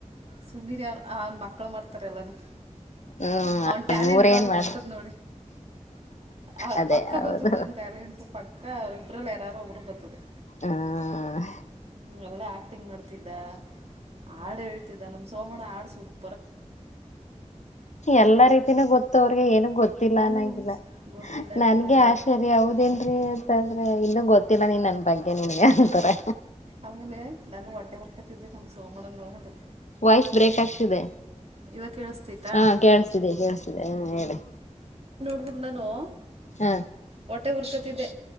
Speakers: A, on the right (about 55°); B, on the left (about 70°).
A: ಸುಮ್ನೀರೆ ಅವ ಅವನ್ ಮಕ್ಳು ಮಾಡ್ತಾರೆ ಎಲ್ಲಾನು.
B: ಹ್ಮ್
A: ಅವನ್ ಟ್ಯಾಲೆಂಟ್
B: ಇವ್ರೇನ್
A: ಅವರುಗೊತ್ತದ್
B: ಮಾಡ
A: ನೋಡಿ. ಹ,
B: ಅದೇ
A: ಪಕ್ಕ
B: ಹೌದು
A: ಬರ್ತದನ್ ಟ್ಯಾಲೆಂಟ್ ಪಕ್ಕ ಅವ ಇಬ್ರಲ್ಲಿ ಯಾರಾರು ಒಬ್ಬ್ರ ಬರ್ತದೆ.
B: ಆ <inaudible>
A: ಹ್ಮ, ಎಲ್ಲಾ ಆಕ್ಟಿಂಗ್ ಮಾಡ್ತಿದ್ದ, ಹಾಡು ಹೇಳ್ತಿದ್ದ ನಮ್ ಸೋಮಣ ಹಾಡು ಸೂಪ್-
B: ಎಲ್ಲಾ ರೀತಿನೂ ಗೊತ್ತು ಅವ್ರಿಗೆ ಏನ್- ಗೊತ್ತಿಲ್ಲನಾಗಿಲ್ಲ.
A: ಹ್ಞೂ ಗೊತ್ತಿಲ್ಲ
B: ನನ್ಗೆ
A: ನನಗೆಲ್ಲ
B: ಆಶ್ಚರ್ಯ ಹೌದೇನ್ರೀ ಅಂತ. ಅಂದ್ರೆ ಇನ್ನು ಗೊತ್ತಿಲ್ಲ ನೀನ್ ನನ್ನ ಬಗ್ಗೆ ನಿನ್ಗೆ. ಅಂತಾರೆ
A: ಆಮೇಲೆ ನಾನು ಹೊಟ್ಟೆ ಉರ್ಕತಿದ್ದೆ ನಮ್ ಸೋಮಣ್ಣನ್ ನೋಬಿಟ್ಟು.
B: ವಾಯ್ಸ್ ಬ್ರೇಕ್ ಆಗ್ತಿದೆ.
A: ಇವಾಗ ಕೇಳಿಸ್ತೈತಾ
B: ಹಾ, ಕೇಳಸ್ತಿದೆ -ಕೇಳಸ್ತಿದೆ ಹಾ ಹೇಳಿ.
A: ಗರನ್ನ ನೋ <unintelligible>
B: ಹ
A: ಹೊಟ್ಟೆ ಹುರ್ಕತಿದೆ.